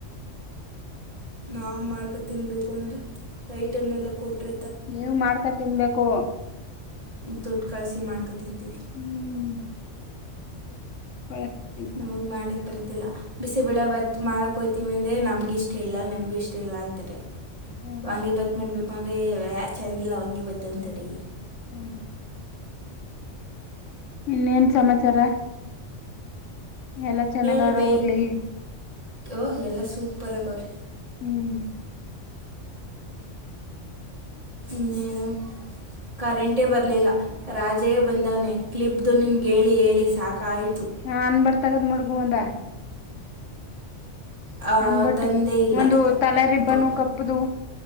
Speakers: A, on the right; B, on the left.
A: ನಾವು ಮಾಡ್ಕೊ ತಿನ್ಬೇಕು ಅಂದ್ರೆ ಐಟಮ್ ಎಲ್ಲ ಕೊಟ್ರ
B: ನೀವು ಮಾಡ್ಕಾ ತಿನ್ಬೇಕು
A: ದುಡ್ಡು ಕಳಿಸಿ ಮಾಡ್ಕೊತಂತೀವಿ
B: ಹ್ಮ್ ಹ್ಮ
A: ನಮಗೆ ಮಾಡಕ್ ಬರಿದ್ದಿಲ್ಲ ಬಿಸಿಬಳೆ ಭತ್ ಮಾಡೋಕ್ಕೆೋಯ್ತೀವಿ ಅಂದರೆ ನಮ್ಗಿಷ್ಟ ಇಲ್ಲ ನಮಗ ಇಷ್ಟ ಇಲ್ಲ ಅಂತಾರೆ
B: ಹ್ಮ್
A: ಹಾಂಗಗೆ ಬತ್ ಮಾಡ್ಬೇಕು ಅಂದ್ರೆ ಯ ಚೆನ್ನಾಗಿಿಲ್ಲ ಹಂಗಗೆ ಬತ್ ಅಂತರಿ
B: ಹ್ಮಞ ಇನ್ನೇನ್ ಸಮಾಚಾರ ಎಲ್ಲಾ ಚೆನ್ನಾಗವ್ರ
A: ಳ್ಬೇಕ
B: ಊರ್ಲಿ
A: ಓಹ ಎಲ್ಲ ಸೂಪರ್ ಆಗ ಅವ್ರೀ
B: ಹ್ಮ್
A: ಇನ್ನೇನು? ಕರೆಂಟೇ ಬರಲಿಲ್ಲ? ರಾಜೆಯೇ ಬಂದವನೇ ಕ್ಲಿಪ್ದು ನಿಮ್ಗೆ ಹೇಳಿ ಹೇಳಿ ಸಾಕಾಯಿತು?
B: ಹಾ ಅನ್ ಬಟ್ ತಗದು ಮುಡ್ಗು ಒಂದ.
A: ಹಾ
B: ಅನ್ಬಟ್ಟು
A: ತಂದೆ ಇಲ್ಲ
B: ಒಂದು ತಲೆ ರಿಬ್ಬನು
A: ಬ
B: ಕಪ್ಪದು